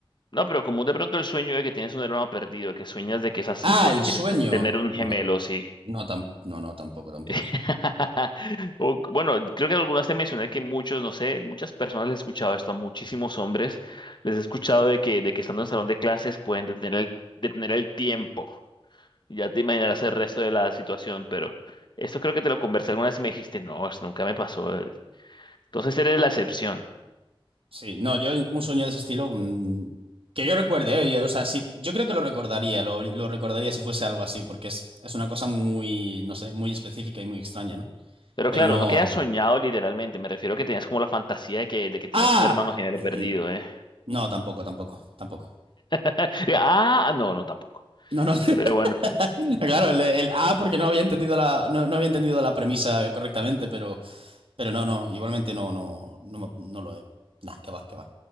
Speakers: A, on the left (about 55°); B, on the right (about 75°).
A: No, pero común de pronto el sueño de que tienes un hermano perdido, que sueñas de que es así
B: Ah,
A: porque
B: el
A: quieres
B: sueño.
A: te- tener un gemelo,
B: No,
A: sí.
B: no, tam- no, no, tampoco, tampoco.
A: <laughs> O- Bueno, creo que algunas te mencioné que muchos, no sé, muchas personas les he escuchado esto a muchísimos hombres. Les he escuchado de que, de que estando en el salón de clases pueden detener el, detener el tiempo. Ya te imaginarás el resto de la situación, pero esto creo que te lo conversé alguna vez y me dijiste, no, eso nunca me pasó. Entonces eres la excepción.
B: Sí, no, yo un sueño de ese estilo, mm, que yo recuerde, ¿eh? Y, O sea, sí, yo creo que lo recordaría, lo, lo recordaría si fuese algo así, porque es, es una cosa muy, no sé, muy específica y muy extraña, ¿no?
A: Pero
B: Pero
A: claro,
B: no...
A: no quedas soñado literalmente. Me refiero a que tenías como la fantasía de que, de que tenías
B: ¡Ah!
A: un hermano gemelo
B: Mm,
A: perdido, ¿eh?
B: No, tampoco, tampoco, tampoco.
A: <laughs> Ah, no, no, tampoco.
B: No, no,
A: Pero bueno,
B: <laughs> claro, el, el ah, porque no había entendido la, no, no había entendido la premisa correctamente, pero, pero no, no, igualmente no, no, no, me- no lo he. Nah, que va, que va.